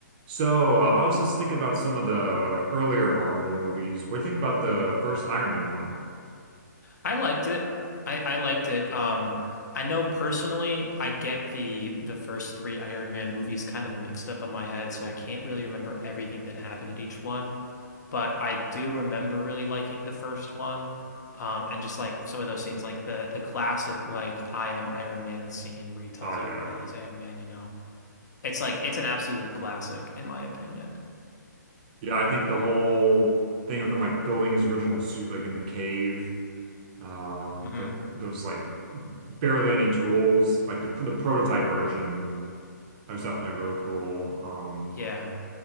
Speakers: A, on the right; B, on the left.
A: So, uh, I was just thinking about some of the like earlier Marvel movies. What do you think about the
B: hmm
A: first Iron Man one?
B: I liked it. I, I liked it. Um, I know personally, I get the the first three Iron Man movies kind of mixed up in my head, so I can't really remember everything that happened in each one. But I do remember really liking the first one, um, and just like some of those scenes, like the the classic like I am Iron Man scene where he tells
A: Oh yeah.
B: everybody he's Iron Man. You know, it's like it's an absolute classic in my opinion.
A: Yeah, I think the whole thing of him like building his original suit like in the cave, uh
B: hmm
A: like those like barely any tools, like the the prototype version. That was definitely really cool. Um
B: Yeah.